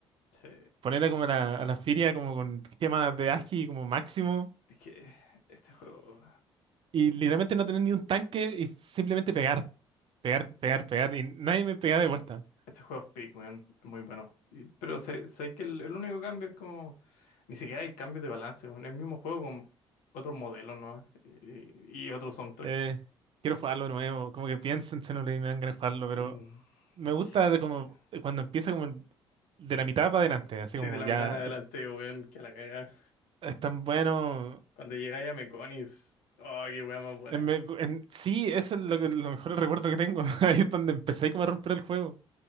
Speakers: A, on the left; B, on the right.
A: Sí,
B: Ponerla como a la, a la feria como con gemas de agi como máximo.
A: es que este juego.
B: Y literalmente no tener ni un tanque y simplemente pegar, pegar, pegar, pegar. Y nadie me pega de vuelta.
A: Este juego es Peak, weón, es muy bueno. Y- pero sé- sabéis que el, el único cambio es como. Ni siquiera hay cambios de balance, weón. Es el mismo juego con otros modelos, ¿no? Y, y otro soundtrack.
B: Eh, quiero jugarlo de nuevo. Como que pienso en Xenoblade y me dan ganas de jugarlo, pero
A: Mm,
B: me gusta
A: sí.
B: de como cuando empieza como el- de la mitad para adelante. Así
A: Sí,
B: como
A: de la
B: ya
A: mitad en adelante,
B: es
A: weón, que a la caga.
B: es tan bueno.
A: Cuando llegáis a Meconis. Oh, qué weón más buena.
B: En me- en- sí, eso es lo, que, lo mejor recuerdo que tengo. <laughs> Ahí es donde empecé como a romper el juego.